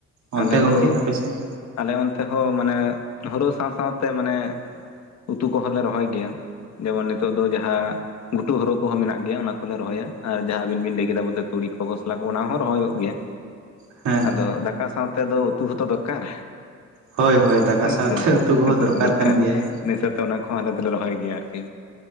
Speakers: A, on the right (about 70°); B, on the left (about 60°).
A: ᱚᱱᱛᱮ
B: ᱟᱞᱮ
A: ᱜᱚᱝᱠᱮ
B: ᱫᱚ
A: ᱟᱯᱮ ᱥᱮᱫ
B: ᱟᱞᱮ ᱚᱱᱛᱮ ᱦᱚᱸ ᱢᱟᱱᱮ ᱦᱩᱲᱩ ᱥᱟᱶ ᱥᱟᱶᱛᱮ ᱢᱟᱱᱮ ᱩᱛᱩ ᱠᱚᱦᱚᱸ ᱞᱮ ᱨᱚᱦᱚᱭ ᱜᱮᱭᱟ ᱡᱮᱢᱚᱱ ᱱᱤᱛᱚᱜ ᱫᱚ ᱡᱟᱦᱟᱸ ᱜᱷᱩᱴᱩ ᱦᱳᱲᱩ ᱠᱚᱦᱚᱸ ᱢᱮᱱᱟᱜ ᱜᱮᱭᱟ᱾ ᱚᱱᱟ ᱠᱚᱞᱮ ᱨᱚᱦᱚᱭᱟ ᱟᱨ ᱡᱟᱦᱟᱸ ᱟᱵᱤᱱ ᱵᱤᱱ ᱞᱟᱹᱭ ᱠᱮᱫᱟ ᱵᱚᱞ ᱛᱩᱲᱤ ᱠᱚ ᱠᱷᱚᱥᱞᱟ ᱠᱚ ᱚᱱᱟ ᱦᱚᱸ ᱨᱚᱦᱚᱭᱚᱜ ᱜᱮᱭᱟ᱾
A: ᱦᱮᱸ
B: ᱟᱫᱚ ᱫᱟᱠᱟ ᱥᱟᱶᱛᱮ ᱫᱚ ᱩᱛᱩ ᱦᱚᱸᱛᱚ ᱫᱚᱨᱠᱟᱨ
A: ᱦᱳᱭ ᱦᱳᱭ ᱫᱟᱠᱟ
B: ᱦᱮᱸ
A: ᱥᱟᱶᱛᱮ
B: ᱥᱮ
A: ᱠᱚᱦᱚᱸ
B: ᱩᱛᱩ ᱦᱚ ᱫᱚᱨᱠᱟᱨ
A: ᱠᱟᱱ ᱜᱮᱭᱟᱭ
B: ᱱᱤᱭᱟᱹᱥᱟᱣ ᱛᱮ ᱚᱱᱟ ᱠᱚᱦᱚᱸ ᱟᱞᱮ ᱫᱚᱞᱮ ᱨᱚᱦᱚᱭ ᱜᱮᱭᱟ ᱟᱨᱠᱤ